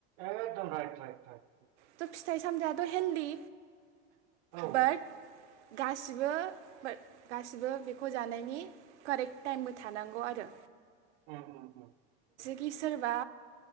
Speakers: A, on the right; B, on the right.
A: एकदम राइट राइट राइट।
B: थ' फिथाइ सामथायाथ' हेल्दि
A: औ उम
B: बाट गासिबो फो गासिबो बेखौ जानायनि कारेक्ट टाइमबो थानांगौ आरो।
A: उम्म उम्म
B: बि सोरबा